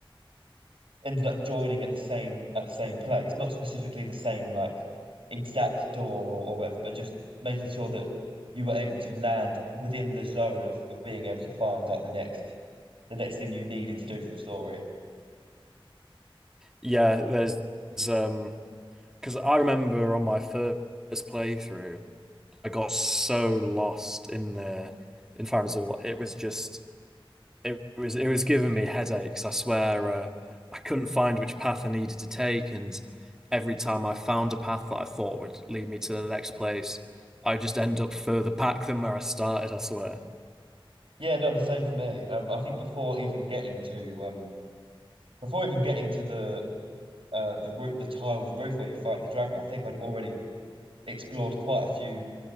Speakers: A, on the right (about 75°); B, in the centre.
A: ended up joining at the same at the same place, not specifically the same like exact door or, or whatever, but just making sure that you were able to land within the zone of, of being able to find like the next the next thing you needed to do for the story.
B: yeah. There's um, because I remember on my first playthrough, I got so lost in the in Farazul. It was just it was it was giving me headaches. I swear, uh, I couldn't find which path I needed to take, and every time I found a path that I thought would lead me to the next place, I just end up further back than where I started, I swear.
A: Yeah, no, the same for me. Um, I think before even getting to um, before even getting to the uh the roof, the tiled roof where you fight the dragon, I think I'd already explored quite a few